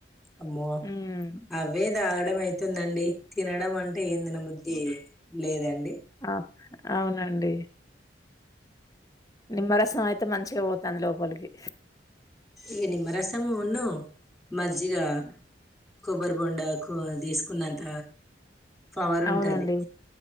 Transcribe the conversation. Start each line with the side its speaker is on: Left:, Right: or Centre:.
Centre: అమ్మో
Left: హ్మ్.
Centre: అవే తాగడం అయితుందండి తినడం అంటే ఏం తిన బుద్ధి ది లేదండి.
Left: ఆ అవునండి నిమ్మరసం అయితే మంచిగా పోతాంది లోపలికి
Centre: ఈ నిమ్మరసమును మజ్జిగ కొబ్బరి బోండా కు తీసుకున్నంత పవర్
Left: అవునండి
Centre: ఉంటది